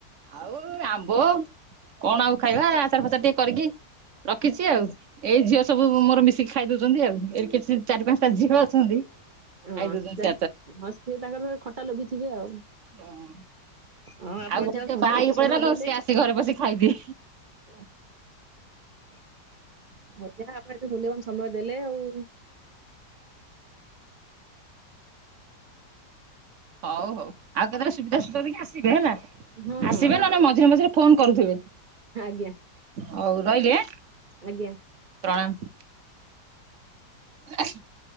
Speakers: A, on the right (about 60°); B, on the right (about 80°).
A: ଆଉ ଆମ୍ବ କଣ ଆଉ ଖାଇବା, ଆଚାର ଫାଚର ଟିକେ କରିକି ରଖିଛି ଆଉ, ଏଇ ଝିଅ ସବୁ ମୋର ମିଶିକି ଖାଇ ଦଉଛନ୍ତି ଆଉ। ଏଇ କିଛି ଚାରି ପାଞ୍ଚଟା ଝିଅ ଅଛନ୍ତି।
B: ହଁ
A: ଖାଇ ଦଉଛନ୍ତି
B: ପ୍ରାଏ
A: ସେ
B: <unintelligible> ସେ ତାଙ୍କର ଖଟା ଲୋଭିିଥିବେ ଆଉ।
A: ଆଚାର।
B: ହଉ ଆପଣ
A: ଆଉ ଗୋଟେ
B: ଯାହଉ
A: ଝିଅ
B: ସମୟ
A: ବାହା ହେଇକି
B: ଏତେ ସମୟ
A: ପଳେଇଲା ଲୋ
B: ଦେଲେ।
A: ସିଏ
B: <unintelligible>
A: ଆସି ଘରେ ବସି ଖାଇଦିଏ।
B: ହ ଯା ଆପଣ ଏତେ ମୂଲ୍ୟବାନ ସମୟ ଦେଲେ ଆଉ।
A: ହଉ ହଉ। ଆଉ କେତେବେଳେ ସୁବିଧା ସୁଯୋଗ ଦେଖିକି ଆସିବେ ହେଲା,
B: ହଁ ହଁ
A: ଆସିବେ ନହେଲେ ମଝିରେ ମଝିରେ ଫୋନ କରୁଥିବେ।
B: ଆଜ୍ଞା,
A: ହଉ ରହିଲି ଆଁ
B: ଆଜ୍ଞା।
A: ପ୍ରଣାମ। <inaudible>